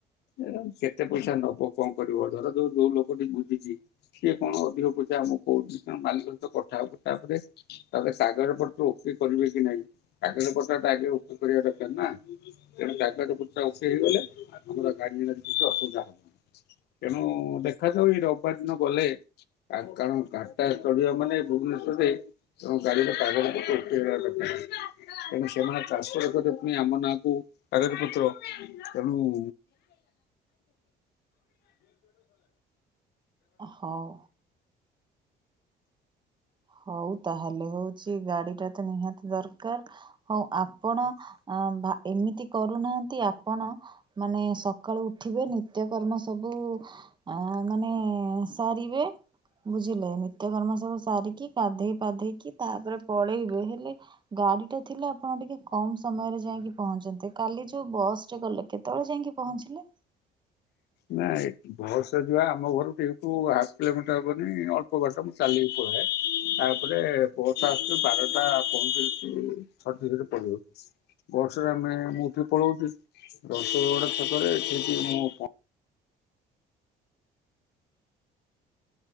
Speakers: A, on the left; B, on the right.
A: ଏ କେତେ ପଇସା ନବ କଁ କରିବ ଧର ଯୋଉ ଯୋଉ ଲୋକଟି ବୁଝିଚି ସିଏ କଣ ଅଧିକ ପଇସା ଆମକୁ କଉଚି ତାଙ୍କ ମାଲିକ ସହିତ କଥାହବୁ ତାପରେ ତାପରେ କାଗଜ ପତ୍ର ଓକେ କରିବେକି ନାଇଁ କାଗଜ କଥାଟା ଆଗେ ଓକେ କରିବା ଦରକାରନା। ତେଣୁ କାଗଜ ପତ୍ର ଓକେ ହେଇଗଲେ ଆମର ଗାଡ଼ିରେ କିଛି ଅସୁବିଧା ହବନି। ତେଣୁ ଦେଖାଯାଉ ଏରବିବାର ଦିନ ଗଲେ କାରଣ ଗାଡ଼ିଟା ଚଢ଼ିବା ମାନେ ଭୁବନେଶ୍ୱରରେ ତମ ଗାଡ଼ିରେ କାଗଜ ପତ୍ର <unintelligible> ଦରକାର୍। ତେଣୁ ସେମାନେ ଚାଷ କରିବା ପୁଣି ଆମ ନାଁକୁ ଆଗର ପୁତ୍ର ତେଣୁ <unintelligible>
B: ହଉ ହଉ ତାହେଲେ ହଉଛି ଗାଡି ଟା ତ ନିହାତି ଦରକାର, ହଉ ଆପଣ ଅ ଏମିତି କରୁନାହାନ୍ତି ଆପଣ ମାନେ ସକାଳୁ ଉଠିବେ ନିତ୍ୟକର୍ମ ସବୁ ଆ ମାନେ ସାରିବେ ବୁଝିଲେ ନିତ୍ୟକର୍ମ ସବୁ ସାରିକି। ଗାଧେଇ ପାଧେଇକି ତାପରେ ପଳେଇବେ ହେଲେ ଗାଡି ଟା ଥିଲେ ଆପଣ ଟିକେ କମ ସମୟରେ ଯାଇକି ପହଞ୍ଚନ୍ତେ କାଲି ଯୋଉ ବସ୍ ଯେ ଗଲେ କେତେବେଳେ ଯାଇଁକି ପହଞ୍ଚିଲେ?
A: ନା ଭଲସ ଯୁଆ ଆମ ଘର ଟୁ ଏଇଟୁ ଆଠ କିଲୋମିଟର ହବନି ଅଳ୍ ପ ବାଟ ମୁଁ ଚାଲିକି ପଳାଏ। ତାପରେ ବସ ଆସଚି ବାରଟା ପଇନ୍ତିରିସ ରୁ <unintelligible> ବସରେ ଆମେ ମୁଁଠି ପଳଉଛି ଦଶ ଗଡ ଛକରେ ଏଠି ମୁଁ